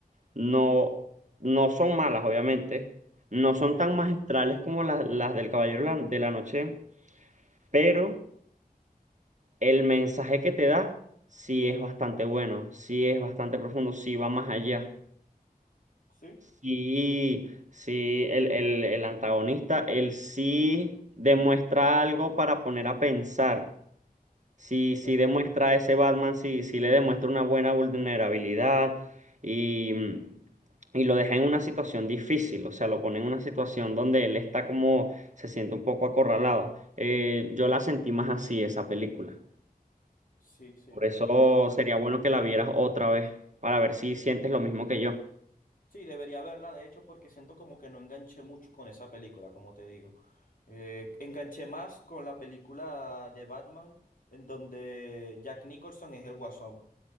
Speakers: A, on the right; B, on the left.
A: no, no son malas, obviamente, no
B: Ok.
A: son tan magistrales como las, las del Caballero la- de la Noche, pero el mensaje que te da sí es bastante bueno, sí es bastante profundo, sí va más allá.
B: Sí.
A: Sí, sí, el, el el antagonista, él sí demuestra algo para poner a pensar. Sí, sí
B: el-
A: demuestra a ese Batman, sí, sí le demuestra una buena vulnerabilidad y, y lo deja en una situación difícil, o sea, lo pone en una situación donde él está como, se siente un poco acorralado. Eh, yo la sentí más así, esa película.
B: sí, sí.
A: Por eso
B: eh,
A: sería bueno que la vieras otra vez, para ver si sientes lo mismo que yo.
B: Sí, debería verla, de hecho, porque siento como que no enganché mucho con esa película, como te digo. Eh, enganché más con la película de Batman, en donde Jack Nicholson es el Guasón,